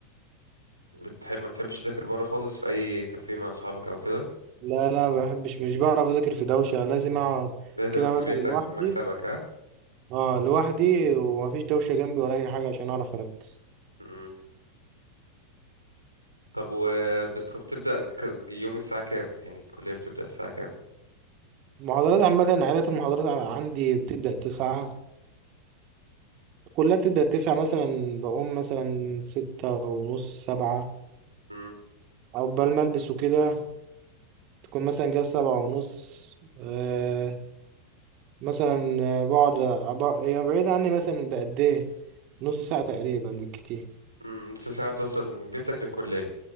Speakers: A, on the right; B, on the right.
A: بتحب ما بتحبش تذاكر بره خالص في اي كافيه مع اصحابك او كده
B: لا لا ما بحبش مش بعرف أذاكر في دوشة لازم أقعد
A: لازم
B: كده
A: في
B: مثلا
A: بيتك
B: لوحدي
A: في مكتبك ها
B: اه لوحدي ومفيش دوشة جنبي ولا أي حاجة عشان أعرف أركز
A: مم. طب وبتبدأ يوم الساعة كام يعني الكلية بتبدأ الساعة كام
B: المحاضرات عامة عائلة المحاضرات عندي بتبدأ تسعة كلها بتبدأ تسعة مثلا بقوم مثلا ستة ونص سبعة
A: مم.
B: عقبال ما ألبس وكده تكون مثلا جاب سبعة ونص آه مثلا آه، بقعد أبع- هي بعيد عني مثلا بقد إيه نص ساعة تقريبا بالكتير
A: مم. نص ساعة توصل من بيتك للكلية